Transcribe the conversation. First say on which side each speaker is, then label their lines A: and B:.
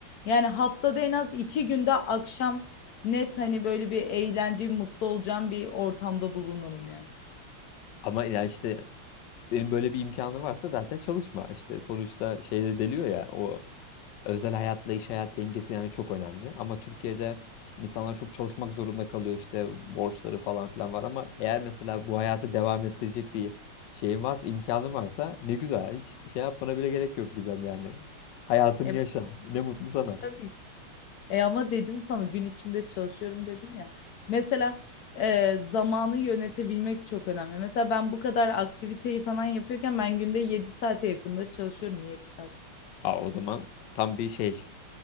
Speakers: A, on the left; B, on the left.
A: Yani haftada en az iki günde akşam net hani böyle bir eğlence, mutlu olacağım bir ortamda bulunurum yani.
B: Ama ya işte senin böyle bir imkanı varsa zaten çalışma. İşte sonuçta şeyde deliyor ya o özel hayatla iş hayat dengesi yani çok önemli. Ama Türkiye'de insanlar çok çalışmak zorunda kalıyor işte borçları falan filan var ama eğer mesela bu hayatı devam ettirecek bir şeyin varsa imkanın varsa ne güzel hiç şey yapmana bile gerek yok Gizem yani. Hayatını
A: E,
B: yaşa ne mutlu sana.
A: tabii. E ama dedim sana gün içinde çalışıyorum dedim ya. Mesela e, zamanı yönetebilmek çok önemli. Mesela ben bu kadar aktiviteyi falan yapıyorken ben günde 7 saate yakında çalışıyorum 7 saat.
B: Aa, o zaman tam bir şey